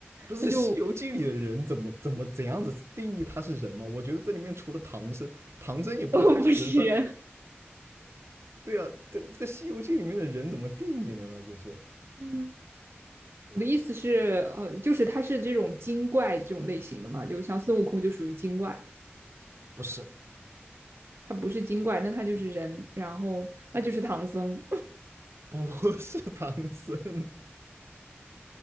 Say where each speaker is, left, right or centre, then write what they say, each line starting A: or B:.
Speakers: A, on the right (about 80°); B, on the right (about 70°).
A: 不是《西游记》里的人怎么怎么怎样子定义他是人吗？
B: 那就
A: 我觉得这里面除了唐僧，唐僧也不太能算。
B: <laughs> 不是人。
A: 对啊，这这个《西游记》里面的人怎么定义的呢？就是
B: 嗯。我的意思是，呃，就是他是这种精怪这种类型的嘛，就像孙悟空就属于精怪，
A: 不是
B: 他不是精怪，那他就是人，然后那就是唐僧，
A: 不 <laughs> 是唐僧，